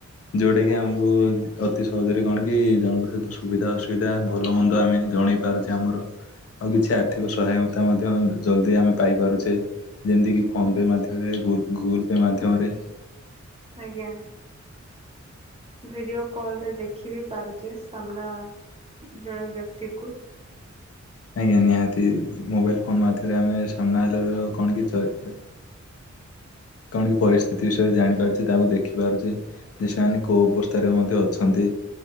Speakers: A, on the left; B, on the right.
A: ଯୋଉଟାକି
B: ଆଜ୍ଞା।
A: ଆମକୁ ଅତି ସହଜରେ କଣ କି ଜଣଙ୍କ ସହିତ ସୁବିଧା ଅସୁବିଧା ଭଲ ମନ୍ଦ ଆମେ ଜଣେଇ ପାରୁଛେ ଆମର। ଆଉ କିଛି ଆର୍ଥିକ ସହାୟତା ମଧ୍ୟ ଜଲ୍ଦି ଆମେ ପାଇପାରୁଛେ ଯେମିତିକି ଫୋନ୍ ପେ ମାଧ୍ୟମରେ ଗୁଗୁଲ୍ ପେ ମାଧ୍ୟମରେ।
B: ଆଜ୍ଞା। ଭିଡ଼ିଓ କଲ୍ରରେ ଦେଖି ବି ପାରୁଛେ ସାମ୍ନା ଜଣେ ବ୍ୟକ୍ତିକୁ।
A: ଆଜ୍ଞା ନିହାତି ମୋବାଇଲ ଫୋନ୍ ମାଧରେ ଆମେ ସାମ୍ନା ହେଲ କଣ କି। କଣ କି ପରିସ୍ଥିତି ବିଷୟରେ ଜାଣିପାରୁଛି ତାଙ୍କୁ ଦେଖି ପାରୁଛି‌। ଦିଶାନି କୋଉ ଅବସ୍ଥାରେ ମଧ୍ୟ ଅଛନ୍ତି।